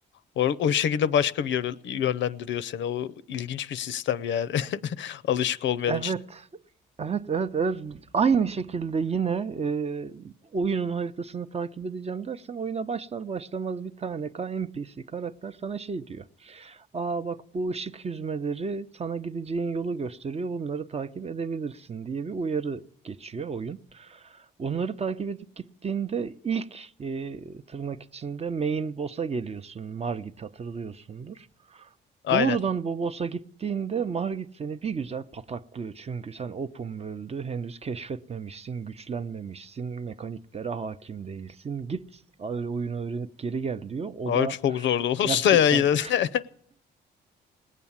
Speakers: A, on the left; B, on the right.
A: O, o şekilde başka bir yöre- yönlendiriyor seni. O ilginç bir sistem yani. <laughs> Alışık olmayan
B: Evet.
A: için.
B: Evet, evet, evet. Aynı şekilde yine e, oyunun haritasını takip edeceğim dersen oyuna başlar başlamaz bir tane K- NPC karakter sana şey diyor. Aa bak bu ışık hüzmeleri sana gideceğin yolu gösteriyor. Bunları takip edebilirsin diye bir uyarı geçiyor oyun. Onları takip edip gittiğinde ilk e, tırnak içinde main boss'a geliyorsun. Margit hatırlıyorsundur.
A: Aynen.
B: Doğrudan Bobos'a gittiğinde Margit seni bir güzel pataklıyor. Çünkü sen open world'ü henüz keşfetmemişsin, güçlenmemişsin, mekaniklere hakim değilsin. Git oyunu öğrenip geri gel diyor. O
A: Abi
B: da
A: çok zordu o
B: gerçekten
A: <laughs> usta ya yine de. <laughs>